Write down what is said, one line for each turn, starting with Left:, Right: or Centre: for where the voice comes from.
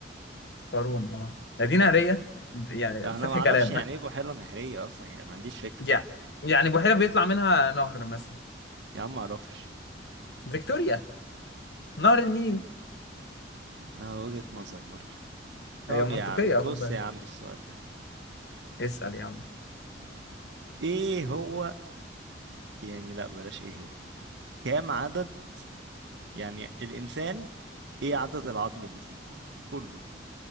Left: <laughs> قارون اه مدينة هرية يعني
Right: انا
Left: فتح
Right: ما اعرفش
Left: كلام
Right: يعني ايه بحيرة نهرية اصلا يعني ما عنديش فكرة
Left: يعني يعني بحيرة بيطلع منها نهر مثلا
Right: يا عم ما اعرفش
Left: فيكتوريا نهر النيل
Right: اه وجهة نظر برضو طب
Left: هي منطقية
Right: يا عم
Left: خد
Right: بص
Left: بالك
Right: يا عم السؤال ده
Left: اسأل يا عم
Right: ايه هو يعني لا بلاش ايه هو كام عدد يعني الانسان ايه عدد العظم اللي فيه كله